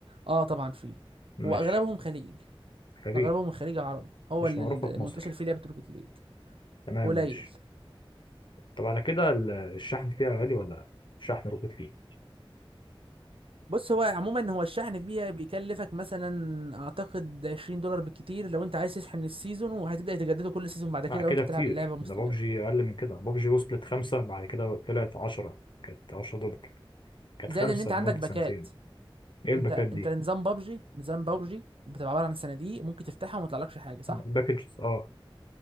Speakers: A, on the right (about 75°); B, on the left (about 55°).
A: اه طبعا في
B: ماشي
A: واغلبهم خليج
B: خليج
A: اغلبهم من خليج عرب هو
B: مش
A: اللي
B: معروفه
A: اللي
B: في
A: منتشر
B: مصر
A: فيه لعبه روكيت ليج
B: تمام
A: قليل
B: ماشي طب على كده ال- الشحن فيها غالي ولا لا؟ الشحن روكيت ليج
A: بص هو عموما هو الشحن فيها بيكلفك مثلا اعتقد 20 دولار بالكتير لو انت عايز تشحن السيزون وهتبدا تجدده كل سيزون بعد
B: لا
A: كده
B: كده
A: لو انت بتلعب
B: كتير
A: اللعبه مستمر
B: ده بابجي أقل من كده بابجي وصلت خمسة بعد كده طلعت عشرة كانت عشرة دولار كانت
A: زائد
B: خمسة
A: ان انت
B: لمدة
A: عندك باكات
B: سنتين إيه الباكات
A: انت
B: دي؟
A: انت نظام بابجي نظام بابجي بتبقى عباره عن صناديق ممكن تفتحها وما يطلعلكش حاجه صح
B: باكجز آه